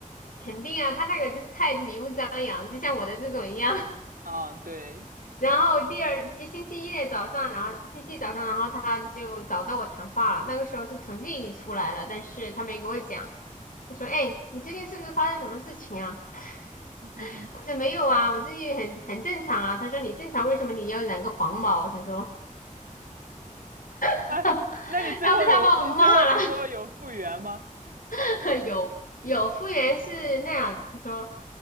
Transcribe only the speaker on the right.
啊，对，
<laughs>
哎，那你最后有你最后你最后有复原吗？